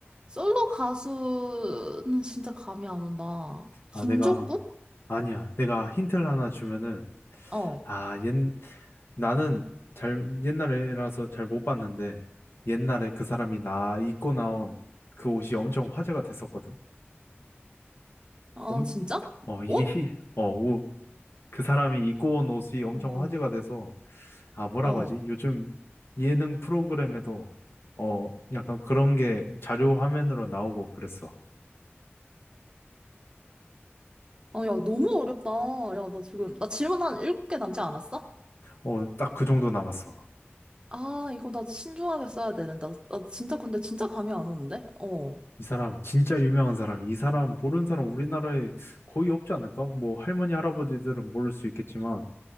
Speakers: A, on the right; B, on the left.
A: 솔로 가수는 진짜 감이 안 온다. 김종국?
B: 아, 내가, 아니야. 내가 힌트를 하나 주면은,
A: 어,
B: 아, 옛, 나는 잘, 옛날이라서 잘 못 봤는데, 옛날에 그 사람이 나 입고 나온 그 옷이 엄청 화제가 됐었거든.
A: 어,
B: 엄,
A: 진짜?
B: 어, 이게,
A: 옷?
B: 히, 어, 옷, 그 사람이 입고 온 옷이 엄청
A: 음.
B: 화제가 돼서, 아, 뭐라고
A: 어,
B: 하지? 요즘 예능 프로그램에도, 어, 약간 그런 게 자료 화면으로 나오고 그랬어.
A: 어, 야, 너무 어렵다. 야, 나 지금, 나 질문 한 7개 남지 않았어?
B: 어, 딱 그 정도 남았어.
A: 아, 이거 나 신중하게 써야 되는데. 나, 나 진짜 근데 진짜 감이 안 오는데? 어.
B: 이 사람 진짜 유명한 사람, 이 사람 모르는 사람 우리나라에 거의 없지 않을까? 뭐 할머니 할아버지들은 모를 수 있겠지만